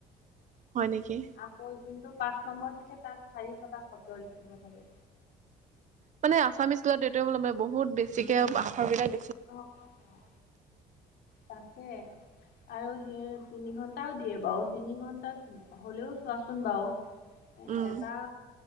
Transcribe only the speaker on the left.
আকৌ যোনটো পাঁচ নম্বৰ থাকে, তাত চাৰিশটা শব্দ লিখিব থাকে।
অঁ! অঁ! তাকে। আৰু সেই তিনি ঘণ্টাও দিয়ে বাৰু! তিনি ঘণ্টাত হ'লেও চোৱাচোন বাৰু!
এটা